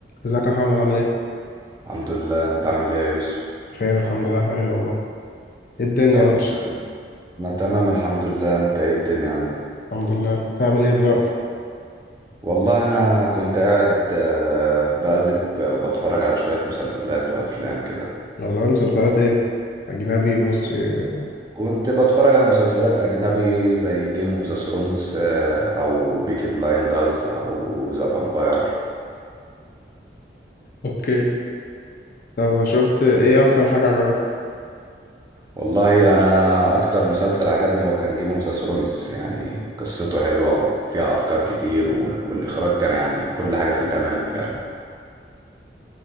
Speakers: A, on the left; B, on the right.
A: ازيك يا محمد عامل ايه؟
B: الحمد لله انت عامل ايه يا يوسف
A: بخير الحمد لله يا حبيبي والله ايه الدنيا
B: يا رب
A: يا باشا؟
B: دايما انا تمام الحمد لله انت ايه الدنيا عندك
A: الحمد لله بتعمل ايه دلوقتي؟
B: والله انا كنت قاعد آه، بقلب وبتفرج على شوية مسلسلات وافلام كده
A: والله مسلسلات ايه؟ اجنبي مصري
B: كنت بتفرج على مسلسلات اجنبي زي جيم اوف ذا ثرونز او بيكي بلايندرز او ذا فامباير
A: اوكي طب شفت ايه اكتر حاجة عجبتك؟
B: والله انا اكتر مسلسل عجبني هو كان جيم اوف ذا ثرونز يعني قصته حلوة وفيها افكار كتير وال- والاخراج كان يعني كل حاجة فيه تمام فعلا